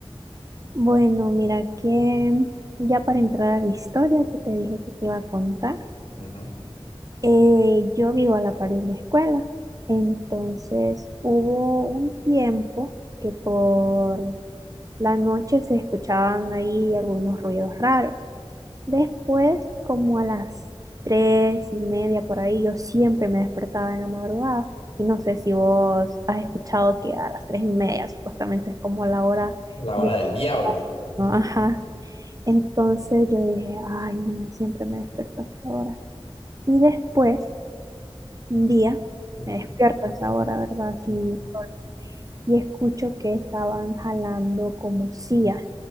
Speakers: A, on the right; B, on the left.
A: Bueno, mira que ya para entrar a la historia que te dije que te iba a contar,
B: Ujú.
A: eh, yo vivo a la par de una escuela. Entonces hubo un tiempo que por La noche se escuchaban ahí algunos ruidos raros. Después, como a las tres y media por ahí, yo siempre me despertaba en la madrugada. Y no sé si vos has escuchado que a las tres y media supuestamente es como la hora
B: La
A: de...
B: hora del diablo.
A: ¿no? Ajá. Entonces yo dije, ay, no, yo siempre me despierto a esa hora. Y después, un día,
B: Ujú,
A: me despierto a esa hora, ¿verdad? Así,
B: ujú,
A: y escucho que estaban jalando como sillas